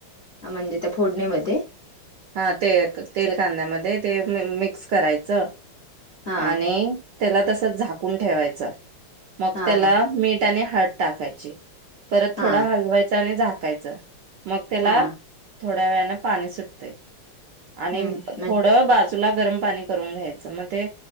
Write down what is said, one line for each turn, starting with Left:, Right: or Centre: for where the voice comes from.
Left: ह म्हणजे त्या फोडणीमध्ये.
Right: हा ते तेल कांद्यामध्ये ते मिक्स करायचं.
Left: हा
Right: आणि त्याला तस झाकून ठेवायचं मग
Left: हा
Right: त्याला
Left: हा
Right: मीठ आणि ह टाकायची परत
Left: हा.
Right: थोडं हलवायच आणि झाकायचं मग त्याला
Left: हा
Right: थोड्या वेळने पाणी सुटते आणि
Left: हम्म म्हण
Right: थोडं बाज जुला गरम पाणी करून घ्यायचं मग ते,